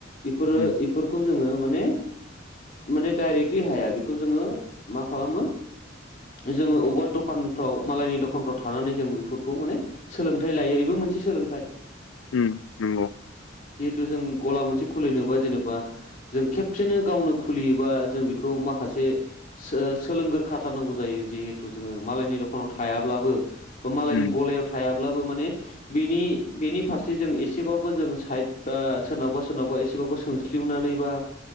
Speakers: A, on the left; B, on the left.
A: एफोरो
B: उम
A: एफोरखौ जोङो माने माने डाइरेक्टलि हाया बेखौ जोङो मा खालामो जोङो बबेबा दखानफ्राव मालायनि दखानफ्राव थानानै जों बेफोरखौ माने सोलोंथाइ लायो बेबो मोनसे सोलोंथाइ।
B: उम नंगौ।
A: जिहेथु जों गला मोनसे खुलिनोबा जेनेबा जों खेबसेनो गावनो खुलियोबा जों बेखौ माखासे सो-सोलोंग्रो थारनांगौ जायो जिहेथु जोङो मालायनि दखानाव थायाब्लाबो बाइ मालायनि
B: उम
A: गलायाव थायाब्लाबो माने बेनि बेनि फारसे जों एसेबाबो जों साइद ब सोरनावबा सोरनावबा एसेबाबो सों खिवनानै बा